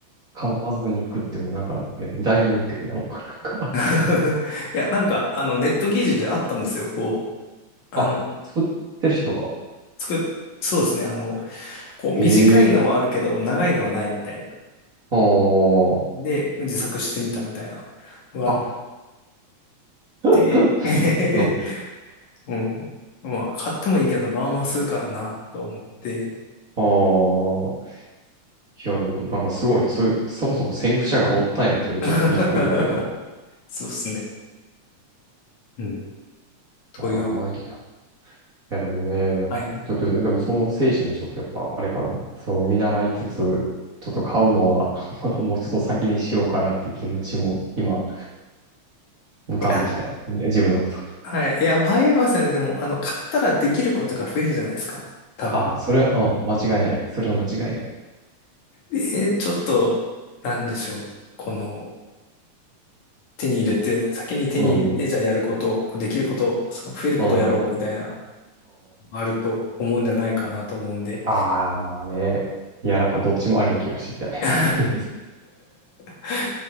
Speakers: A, on the right; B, on the left.
A: 買わずに行くってもなんか、あれ、ダイナミックよね。ほんまなんか。
B: <laughs> いや、なんか、あの、ネット記事であったんですよ。こう、あの、
A: あ、作ってる人が。
B: 作っ、そうですね。あの、こう、
A: ええ
B: 短いのはあるけど、長いのはないみたいな。
A: あー
B: で、自作してみたみたいなのがあっ
A: あ、<laughs>
B: て、<laughs>
A: なる
B: うん。まあ、買ってもいいけど、まあまあするからな、と思って。
A: ほああ、いやでもなんかすごいね。そういう、そもそも先駆者がおったんやっていうのもちょっとびっくりやけど。
B: <laughs> そうですね。うん。という。
A: まあ、いいや。いやでもね、
B: はい。い
A: ちょっと、でもその精神はちょっとやっぱあれかな。その見習いつつ、ちょっと買うのは <laughs> まだもうちょっと先にしようかなって気持ちも今浮かんできた。
B: や
A: ね自分のこと。
B: はい。いや、迷いますよね。でも、あの、買ったらできることが増えるじゃないですか。多分。
A: ああ、それは、うん、間違いない。それは間違いない。
B: えー、ちょっと、なんでしょう。この、手に入れて、先に手に入れて、
A: うん、
B: じゃあやることを、こうできることを、その増えることをやろうみたいな、
A: うん、うん。
B: あると思うんじゃないかなと思うんで。
A: ああ、まあね。いや、なんかどっちもありな気がしてきたね。
B: <laughs>
A: <laughs> とりあえず
B: は